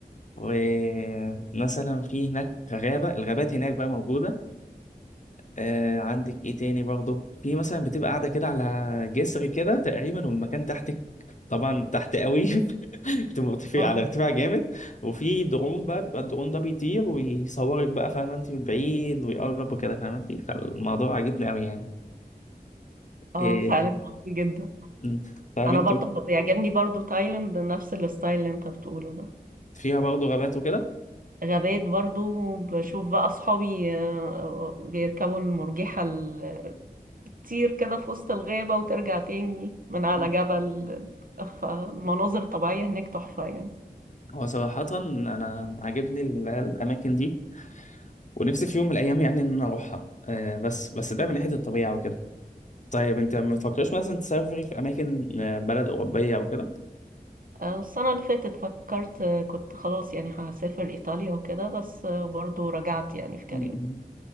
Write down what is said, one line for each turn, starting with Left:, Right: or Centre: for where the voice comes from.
Left: ومثلا في هناك غابة الغابات هناك بقى موجودة آه عندك ايه تاني برضه في مثلا بتبقى قاعده كده على جسر كده تقريبا والمكان تحتك طبعا تحت قوي <laughs> بتبقى مرتفع
Right: اه
Left: على ارتفاع جامد وفي درون بقى بيبقى الدرون ده بيطير ويصورك بقى فاهمه انت من بعيد ويقرب وكده فاهمه انت فالموضوع عجبني قوي يعني
Right: اه
Left: إيه.
Right: فعلا قوي جدا
Left: مم. طب
Right: أنا
Left: انت
Right: برضه بيعجبني برضه تايلاند نفس الستايل اللي أنت بتقوله ده
Left: فيها برضه غابات وكده
Right: غابات برضه بشوف بقى أصحابي آه، بيركبوا المرجحة ال- تطير كده في وسط الغابة وترجع تاني من على
Left: مم.
Right: جبل فمناظر طبيعية هناك تحفة يعني
Left: هو صراحة أنا عاجبني ال- الأماكن دي ونفسي في يوم من الأيام يعني إن أنا أروحها آه بس بس ده من ناحية الطبيعة وكده طيب انت ما بتفكرش مثلا تسافري في اماكن آه، بلد اوروبيه او كده
Right: آه، السنة اللي فاتت فكرت آه، كنت خلاص يعني هسافر إيطاليا وكده بس آه، برضه رجعت يعني في كلامي
Left: م-